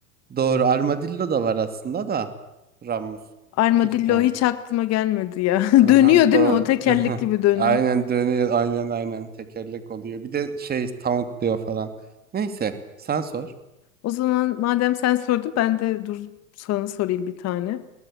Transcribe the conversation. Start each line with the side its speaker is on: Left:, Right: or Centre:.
Right: Doğru. Armadillo da var aslında da. Ramus.
Left: Armadillo
Right: Kirpren.
Left: hiç aklıma gelmedi ya. <laughs>
Right: Aha,
Left: Dönüyor değil
Right: doğru.
Left: mi? O tekerlek
Right: <laughs>
Left: gibi dönü.
Right: Aynen dönüyor. Aynen aynen. Tekerlek oluyor. Bir de şey tauntluyor falan. Neyse. Sen sor.
Left: O zaman madem sen sordun ben de dur sana sorayım bir tane.